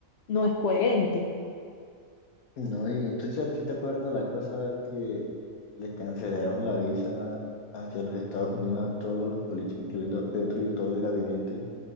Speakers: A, on the left; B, on the left.
A: no es coherente.
B: No, y entonces si te acuerdas la vez pasada que les cancelaron la visa hacia los Estados Unidos a todos los políticos, incluyendo a Petro y todo el gabinete,